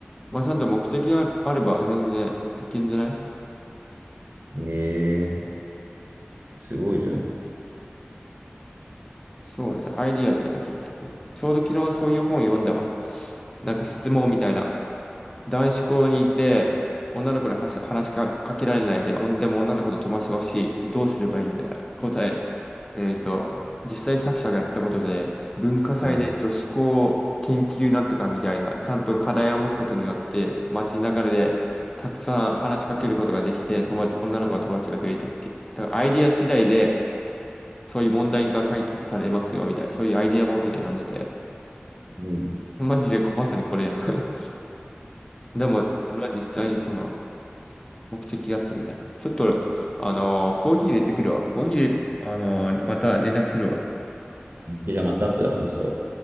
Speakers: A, on the left; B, on the right.
A: まあ、ちゃんと目的があるあれば全然いけんじゃない
B: ええすごいじゃん。
A: そうね。アイディアだよね、結局。ちょうど昨日そういう本読んだわ。なんか質問みたいな。男子校にいて、女の子にはし話しかけられないで、おんでも女の子と飛ばしてほしい。どうすればいいみたいな答え。えっと、実際作者がやったことで、文化祭で女子校研究なんとかみたいな、
B: うん。
A: ちゃんと課題を持つことによって、街中でたくさん話しかけることができて、友達、女の子の友達が増えたっていう。だからアイディア次第で、そういう問題が解決されますよみたいな、そういうアイディア本みたいに読んでて、
B: うん。
A: マジでこまさにこれやん。<laughs> でも、それは実際にその、目的があってみたいな。ちょっと、あのーコーヒー入れてくるわ。コーヒー入れ、あのーまた連絡するわ。
B: じゃあまた後で話すわ。